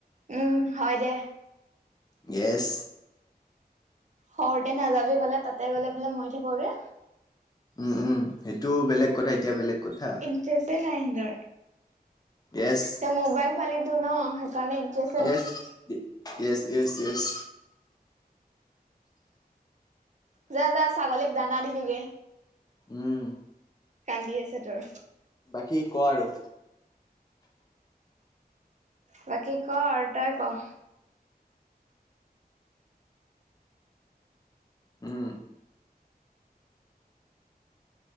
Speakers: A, on the right; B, on the left.
A: উম হয় দে।
B: ইয়েছ।
A: শৰতে নাযাবি ক'লে তাতে গ'লে বোলে মৰি থাক গৈ?
B: উম উম সেইটোও বেলেগ কথা। এতিয়া বেলেগ কথা।
A: <unintelligible> নাই‌ ইহঁতৰ
B: য়েছ।
A: তই মোবাইল পালিতো ন সেইকাৰণে interest
B: yes yes yes yes.
A: যা যা ছাগলীক দানা দিবিগে।
B: উম
A: কান্দি আছে তোৰ
B: বাকী ক আৰু?
A: বাকী ক আৰু তই ক?
B: উম